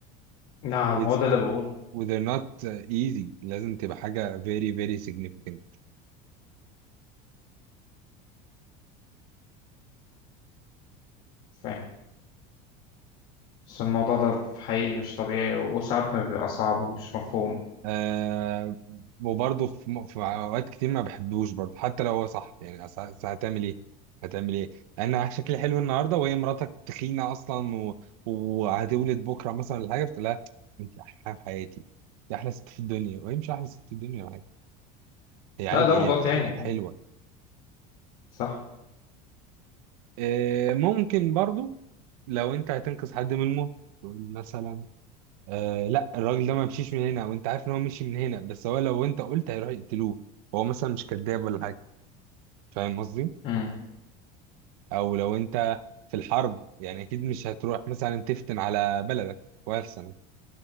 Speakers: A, on the left; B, on the right.
A: نعم
B: with,
A: هو ده اللي بقول
B: with they're not uh, easy لازم تبقى حاجة very very significant
A: فاهم بس الموضوع ده في حقيقي مش طبيعي وساعات ما بيبقى صعب ومش مفهوم
B: آه وبرضه في, م- في اوقات كتير ما بحبوش برضه حتى لو هو صح يعني أصل أصل هتعمل ايه هتعمل ايه انا شكلي حلو النهارده وهي مراتك تخينه اصلا و... وهتولد بكره مثلا ولا حاجه فلا انت احلى حاجه في حياتي انت احلى ست في الدنيا وهي مش احلى ست في الدنيا ولا حاجه هي عادي
A: لا ده موضوع
B: هي في
A: تاني
B: عينك
A: يعني
B: حلوه
A: صح
B: آه ممكن برضه لو انت هتنقذ حد من الموت تقول مثلا آه لا الراجل ده ما مشيش من هنا وانت عارف ان هو مشي من هنا بس هو لو انت قلت هيروح يقتلوه هو مثلا مش كذاب ولا حاجه فاهم قصدي
A: امم
B: او لو انت في الحرب يعني اكيد مش هتروح مثلا تفتن على بلدك وألسنك